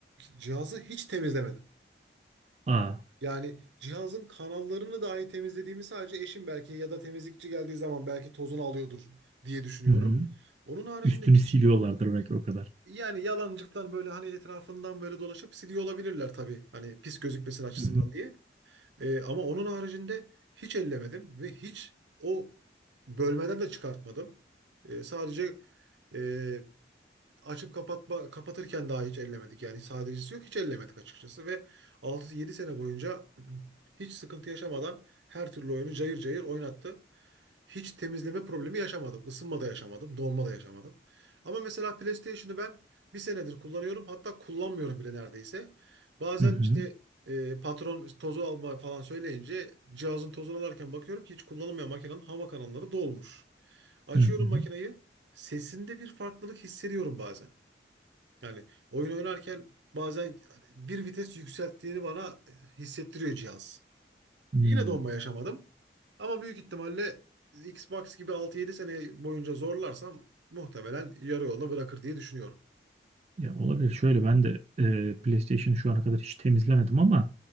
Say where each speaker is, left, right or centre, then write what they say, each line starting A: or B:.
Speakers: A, on the right; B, on the right.
A: cihazı hiç temizlemedim.
B: <laughs> Aa.
A: Yani cihazın kanallarını dahi temizlediğimi sadece eşim belki ya da temizlikçi geldiği zaman belki tozunu alıyordur diye düşünüyorum.
B: Hı hı.
A: Onun haricinde
B: Üstünü
A: hiç
B: siliyorlardır belki o kadar.
A: yani yalancıktan böyle hani etrafından böyle dolaşıp siliyor olabilirler tabii. Hani pis gözükmesin açısından
B: Hı hı.
A: diye. Ee, ama onun haricinde hiç ellemedim ve hiç o bölmeden de çıkartmadım. Ee, sadece e, açıp kapatma kapatırken daha hiç ellemedik. Yani sadecesi yok hiç ellemedik açıkçası ve 6-7 sene boyunca <clears throat> hiç sıkıntı yaşamadan her türlü oyunu cayır cayır oynattı. Hiç temizleme problemi yaşamadım. Isınma da yaşamadım, donma da yaşamadım. Ama mesela PlayStation'ı ben bir senedir kullanıyorum. Hatta kullanmıyorum bile neredeyse. Bazen
B: Hı hı.
A: işte e, patron tozu alma falan söyleyince cihazın tozunu alarken bakıyorum ki hiç kullanılmayan makinenin hava kanalları dolmuş. Açıyorum
B: Hı hı.
A: makineyi sesinde bir farklılık hissediyorum bazen. Yani oyun oynarken bazen bir vites yükselttiğini bana e, hissettiriyor cihaz.
B: Hmm.
A: Yine donma yaşamadım. Ama büyük ihtimalle e, Xbox gibi altı yedi sene boyunca zorlarsam muhtemelen yarı yolda bırakır diye düşünüyorum.
B: Ya olabilir. Şöyle ben de e, PlayStation'ı şu ana kadar hiç temizlemedim ama